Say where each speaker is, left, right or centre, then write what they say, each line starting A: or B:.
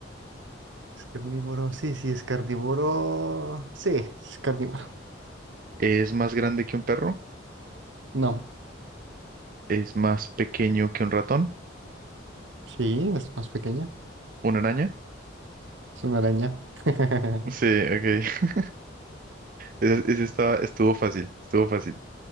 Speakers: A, on the right; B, on the right.
A: Es carnívoro, sí, sí, es carnívoro. Sí, es carnívoro.
B: ¿Es más grande que un perro?
A: No,
B: ¿Es más pequeño que un ratón?
A: sí, es más pequeña.
B: ¿Una araña?
A: Es una araña. <laughs> Estuvo
B: Sí, ok. <laughs> Ese, ese estaba, estuvo fácil, estuvo fácil.